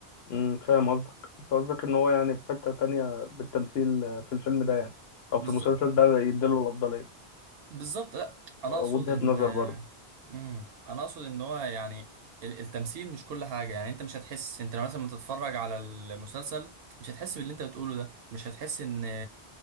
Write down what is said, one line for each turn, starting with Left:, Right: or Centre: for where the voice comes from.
Left: امم فاهم قصدك انت قصدك ان هو يعني في حتة تانية بالتمثيل آه، في الفيلم ده يعني او
Right: بز...
Left: في المسلسل ده يديله الافضلية
Right: بالظبط لا انا
Left: وجهة
Right: اقصد ان
Left: نظر برضه
Right: امم انا اقصد ان هو يعني ال- التمثيل مش كل حاجه يعني انت مش هتحس انت لما مثلا لما تتفرج على المسلسل مش هتحس باللي انت بتقوله ده مش هتحس ان